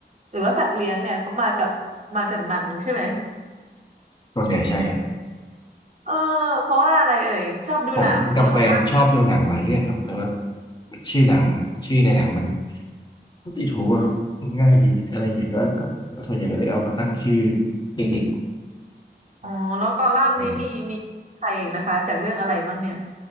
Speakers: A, on the right; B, on the left.
A: หรือว่าสัตว์เลี้ยงเนี่ยเขามากับมากับหนังใช่ไหม
B: ส่วนใหญ่ใช่ครับ
A: เออเพราะว่าอะไรเอ่ยชอบดูหนังหรือว่า
B: ผมกับแฟนชอบดูหนังหลายเรื่องครับแล้วก็ชื่อหนังชื่อในหนังมันก็ติดหูอะครับง่ายดีอะไรอย่างเงี้ยแล้วก็ส่วนใหญ่ก็เลยเอามาตั้งชื่อเด็ก
A: อ๋อแล้วกอลัมน์นี้มีมีใครอีกนะคะจากเรื่องอะไรบ้างเนี่ย
B: ๆอะไรอย่างเงี้ย